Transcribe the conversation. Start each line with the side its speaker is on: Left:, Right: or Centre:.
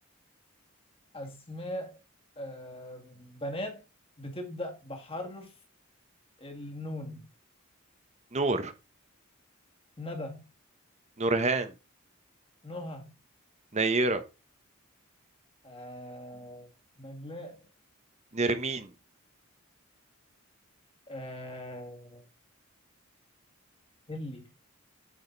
Left: اسماء آه، بنات بتبدأ بحرف النون
Right: نور
Left: ندى
Right: نورهان
Left: نهى
Right: نيره
Left: آه، نجلاء
Right: نرمين
Left: آه، نيلي